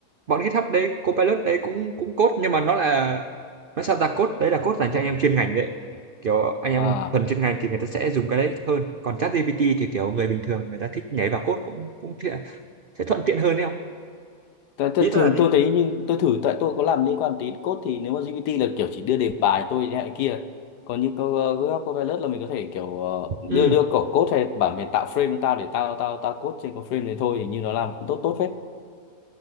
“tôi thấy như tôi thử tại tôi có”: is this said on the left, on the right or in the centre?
Left